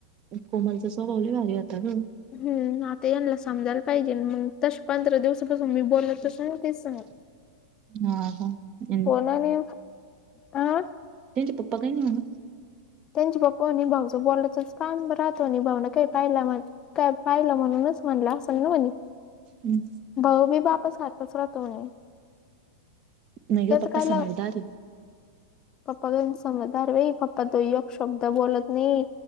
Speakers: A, on the right (about 40°); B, on the left (about 30°).
A: कोमलचा स्वभाव लई भारी होता ग.
B: हम् आता यांनला समजायला पाहिजे ना मंग, तश पंधरा दिवसापासून मी बोलतच नाही ती संग.
A: <inaudible> हा हा <unintelligible>
B: फोनाने अ
A: त्यांचे पप्पा काही नाही म्हनत?
B: त्यांचे पप्पा म्हणे भाऊचं बोलायचच काम राहत म्हणे, भाऊला काय पाहिला <unintelligible> काय पाहिलं म्हणूनच म्हणलं असेल ना म्हणे.
A: हम्.
B: भाऊ बी बापा सारखाच राहतो म्हणे.
A: नाही ग
B: त्याच
A: पप्पा
B: काय ला,
A: समजदार आहे.
B: पप्पा <unintelligible> समजदार बाई! पप्पा तो यक शब्द बोलत नही.